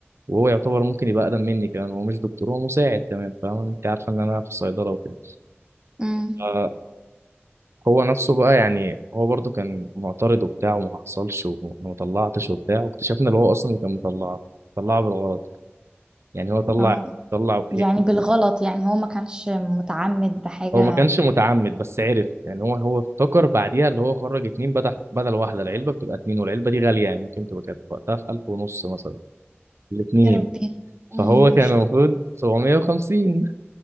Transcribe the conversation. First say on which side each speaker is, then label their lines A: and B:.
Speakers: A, on the right (about 75°); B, on the right (about 20°).
A: وهو يعتبر ممكن يبقى اقدم مني كمان هو مش دكتور هو مساعد كمان فاهم انت عارفه ان انا في الصيدله وكده
B: امم
A: ف- هو نفسه بقى يعني هو برضو كان معترض وبتاع وما حصلش وما ما طلعتش وبتاع واكتشفنا اللي هو اصلا اللي كان مطلعه طلعه بالغلط يعني هو طلع
B: اه
A: طلع
B: يعني بالغلط يعني هو ما كانش متعمد بحاجة
A: هو ما كانش متعمد بس عرف يعني هو هو افتكر بعديها اللي هو خرج اتنين بدل بدل واحدة العلبة بتبقى اتنين والعلبة دي غالية يعني ممكن تبقى كانت وقتها في ألف ونص مثلا الاتنين
B: يا ربي امم
A: فهو كان
B: مشكلة
A: المفروض 750